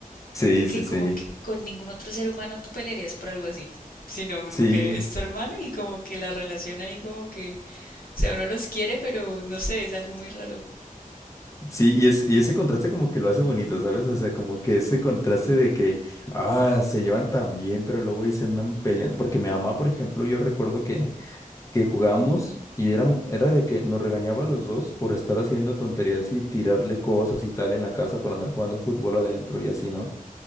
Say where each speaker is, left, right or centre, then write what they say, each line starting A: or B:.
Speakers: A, on the left; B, on the left.
A: sí,
B: que
A: sí, sí,
B: como que con ningún otro ser humano tú pelearías por algo así. Sino como
A: sí,
B: que es tu hermano y como que la relación ahí como que, o sea, uno los quiere, pero no sé, es algo muy raro.
A: sí, y, es, y ese contraste como que lo hace bonito, ¿sabes? O sea, como que ese contraste de que, ah, se llevan tan bien, pero luego ahí se andan peleando, porque mi mamá, por ejemplo, yo recuerdo que que jugamos y era, era de que nos regañaba a los dos por estar haciendo tonterías y tirarle cosas y tal en la casa por andar jugando fútbol adentro y así, ¿no?